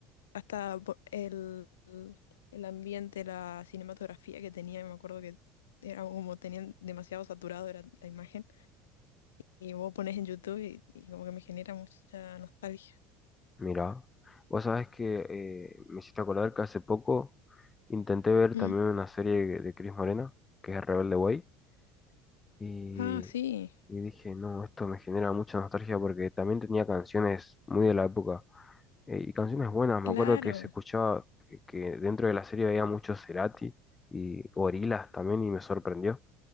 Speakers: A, on the left; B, on the left.
A: hasta po- el, el ambiente, la cinematografía que tenía, me acuerdo que era como tenían demasiado saturado era la imagen. Y vos pones en YouTube y, y como que me genera mucha nostalgia.
B: Mira. Vos sabés que eh, me hiciste acordar que hace poco intenté ver
A: Mm.
B: también una serie de Cris Morena, que es Rebelde Way. Y,
A: Ah, sí,
B: y dije, no, esto me genera mucha nostalgia porque también tenía canciones muy de la época eh, y canciones buenas.
A: claro,
B: Me acuerdo que se escuchaba que, que dentro de la serie había mucho Cerati y Gorillaz también y me sorprendió